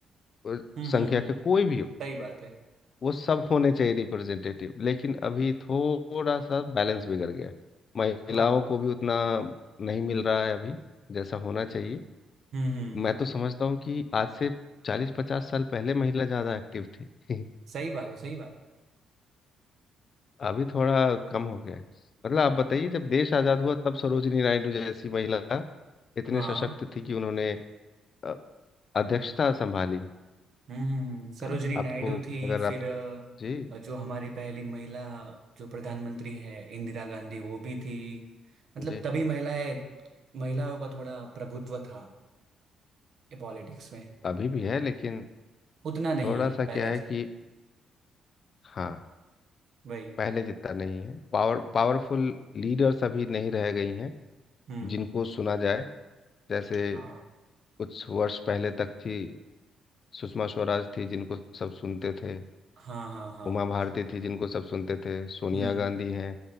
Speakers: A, on the left (about 50°); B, on the right (about 60°).
A: अ,
B: हम्म
A: संख्या
B: हम्म, हम्म,
A: के कोई भी हो
B: सही बात है
A: वो सब होने चाहिए रिप्रेजेंटेटिव लेकिन अभी थोड़ा सा बैलेंस बिगड़ गया है महिलाओं
B: हाँ
A: को भी उतना नहीं मिल रहा है अभी जैसा होना चाहिए
B: हम्म हम्म
A: मैं तो समझता हूँ कि आज से चालीस पचास साल पहले महिला ज़्यादा एक्टिव थी <laughs>
B: सही बात है सही बात है।
A: अभी थोड़ा कम हो गया है मतलब आप बताइए जब देश आज़ाद हुआ तब सरोजिनी नायडू जैसी महिला इतने
B: हाँ
A: सशक्त थी कि उन्होंने अ, अध्यक्षता संभाली
B: हम्म हम्म, हम्म। सरोजनी
A: है ना आपको
B: नायडू थी
A: अगर
B: फिर
A: आप जी
B: अ, जो हमारी पहली महिला जो प्रधानमंत्री है इंदिरा गांधी वो भी थी मतलब
A: जी
B: तभी महिलाएं महिलाओं का थोड़ा प्रभुत्व था पॉलिटिक्स में
A: अभी भी है लेकिन
B: उतना नहीं
A: थोड़ा
B: है
A: सा क्या
B: पहले
A: है
B: से
A: कि हाँ
B: वही
A: पहले जितना नहीं है पावर पावरफुल लीडर्स अभी नहीं रह गई हैं
B: हम्म
A: जिनको सुना जाए जैसे
B: हाँ
A: कुछ वर्ष पहले तक थी सुषमा स्वराज थी जिनको सब सुनते थे
B: हाँ हाँ हाँ
A: उमा भारती थी जिनको सब सुनते थे सोनिया
B: हम्म
A: गांधी हैं